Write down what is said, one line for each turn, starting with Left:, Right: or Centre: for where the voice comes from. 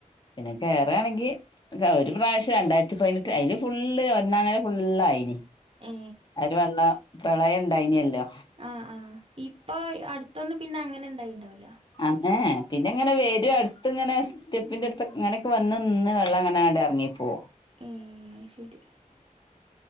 Left: പിന്നെ കേറാണെങ്കിൽ ഒരു പ്രാവശ്യം രണ്ടായിരത്തി പതിനെട്ട് അതില് ഫുള്ള് അന്നങ്ങനെ ഫുള്ളായിന്
Right: ഏ
Left: ആര് വെള്ളം പ്രളയം ഇണ്ടായിനില്ലോ
Right: ആഹ് ആഹ് ഇപ്പൊ അടുത്തൊന്നും പിന്നെ അങ്ങനെ ഇണ്ടായിണ്ടാവൂല
Left: അതെ പിന്നങ്ങനെ ഒരു അടുത്ത് ഇങ്ങനെ സ്റ്റെപ്പിൻ്റ അടുത്ത് ഇങ്ങനൊക്കെ വന്ന് നിന്ന് വെള്ളം അങ്ങനെ അവിടെ ഇറങ്ങിപ്പോം
Right: ഉം ശരി